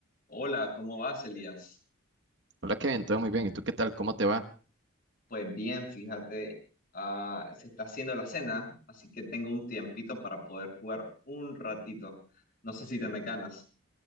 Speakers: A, on the left; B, on the right.
A: Hola, ¿cómo vas, Elías?
B: Hola Kevin, todo muy bien. ¿Y tú qué tal? ¿Cómo te va?
A: Pues bien, fíjate, ah, se está haciendo la cena, así que tengo un tiempito para poder jugar un ratito. No sé si te me ganas.